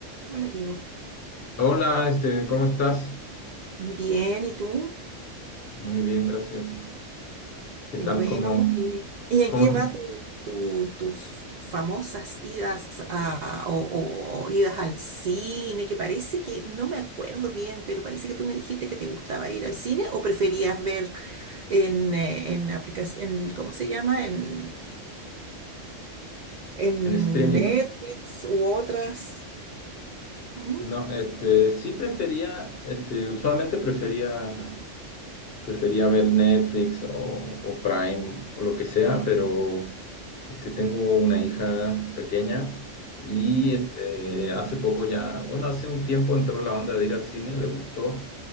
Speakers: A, on the right (about 80°); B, on the left (about 55°).
A: Hola, Diego.
B: Hola, este, ¿cómo estás?
A: Bien, ¿y tú?
B: Muy bien, gracias. ¿Qué
A: Qué
B: tal?
A: bueno.
B: ¿Cómo,
A: ¿Y, y en
B: cómo
A: qué
B: te-
A: va tu, tu- tus famosas idas a, o, o- o idas al cine? Que parece que, no me acuerdo bien, pero parece que tú me dijiste que te gustaba ir al cine o preferías ver en, eh, en aplicación, en, ¿cómo se llama? En, en
B: en streaming?
A: Netflix u otras. ¿Mm?
B: No, este, sí prefería, este, usualmente prefería Prefería ver Netflix o, o Prime o lo que sea, pero este, tengo una hija pequeña y
A: Ujú.
B: este, hace poco ya, bueno, hace un tiempo entró la onda de ir al cine, le gustó,